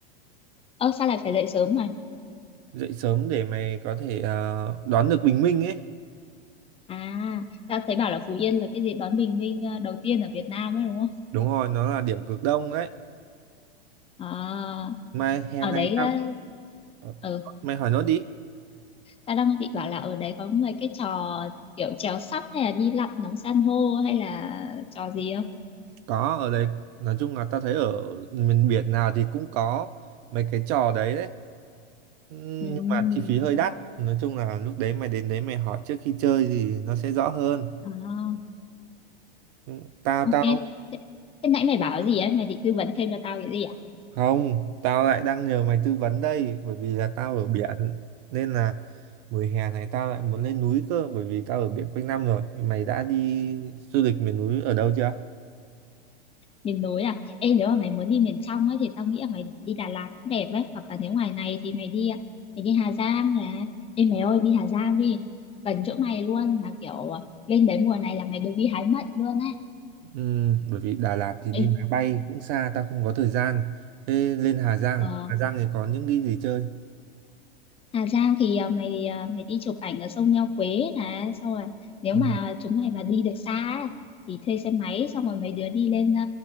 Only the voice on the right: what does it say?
dậy sớm để mày có thể ờ, đón được bình minh ấy
Đúng rồi, nó là điểm cực đông đấy.
Mai hè
này
tao ờ,
mày hỏi nốt đi.
Có ở đấy, nói chung là tao thấy ở miền biển nào thì cũng có mấy cái trò đấy đấy. Ừm,
Nhưng mà chi phí hơi đắt. Nói chung là lúc đấy mày đến đấy mày hỏi trước khi chơi thì nó sẽ rõ hơn.
Ừm, Tao
tao
không, tao lại đang nhờ mày tư vấn đây bởi vì là tao ở biển nên là mùa hè này tao lại muốn lên núi cơ bởi vì tao ở biển quanh năm rồi. Mày đã đi du lịch miền núi ở đâu chưa?
Ừ, bởi vì Đà Lạt thì đi
máy bay cũng xa tao không có thời gian thế lên Hà Giang
à? Hà Giang thì có những cái gì chơi
Ờ.